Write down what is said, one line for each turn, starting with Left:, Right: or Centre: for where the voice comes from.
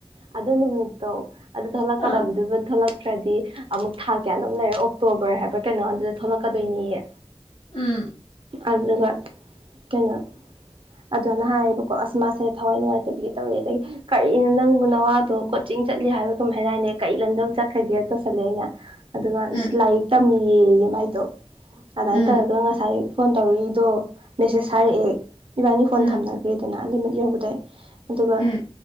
Right: ꯑꯗꯨ ꯅꯨꯃꯤꯠꯇꯣ ꯑꯗꯨ ꯊꯣꯛꯂꯛꯀꯗꯕꯗꯨꯛ
Left: ꯎꯝ
Right: ꯅꯠꯇ꯭ꯔꯗꯤ ꯑꯃꯨꯛ ꯊꯥ ꯀꯌꯥ ꯑꯗꯨꯝ ꯂꯩꯔꯦ ꯑꯣꯛꯇꯣꯕꯔ ꯍꯥꯏꯕ ꯀꯩꯅꯣ ꯑꯗꯨꯗ ꯊꯣꯛꯂꯛꯀꯗꯣꯏꯅꯤꯑ
Left: ꯎꯝ
Right: ꯑꯕ ꯀꯩꯅꯣ ꯑꯗꯨꯅ ꯍꯥꯏꯌꯦꯕꯀꯣ ꯑꯁ ꯃꯥꯁꯦ ꯊꯋꯥꯏ ꯅꯨꯡꯉꯥꯏꯇꯕꯤꯒꯦ ꯇꯧꯋ ꯑꯗꯒꯤ ꯀꯔꯤꯅꯣ ꯅꯪꯕꯨ ꯅꯋꯥꯗꯣ ꯀꯣꯆꯤꯡ ꯆꯠꯂꯤ ꯍꯥꯏꯕ ꯑꯗꯨꯝ ꯍꯥꯏꯔꯅꯦ ꯀꯔꯤ ꯂꯝꯪꯗ ꯑꯗꯨꯝ ꯆꯠꯈ꯭ꯔꯒꯦꯅ ꯇꯧꯁꯜꯂꯦ ꯑꯩꯅ ꯑꯗꯨꯒ
Left: ꯎꯝ
Right: ꯑ ꯂꯥꯏꯔꯤꯛ ꯇꯝꯃꯤꯌꯦꯌꯦ ꯃꯥꯏꯗꯣ ꯑꯗꯨꯃꯥꯏꯅ
Left: ꯎꯝ
Right: ꯇꯧꯔꯒ ꯉꯁꯥꯏ ꯐꯣꯟ ꯇꯧꯔꯛꯏꯗꯣ ꯃꯦꯁꯦꯁ ꯍꯥꯏꯔꯛꯑꯦ ꯏꯕꯥꯅꯤ ꯐꯣꯟ
Left: ꯎꯝ
Right: ꯊꯝꯅꯈ꯭ꯔꯦꯗꯅ ꯂꯤꯃꯤꯠ ꯌꯧꯕꯗ ꯑꯗꯨꯒ
Left: ꯎꯝ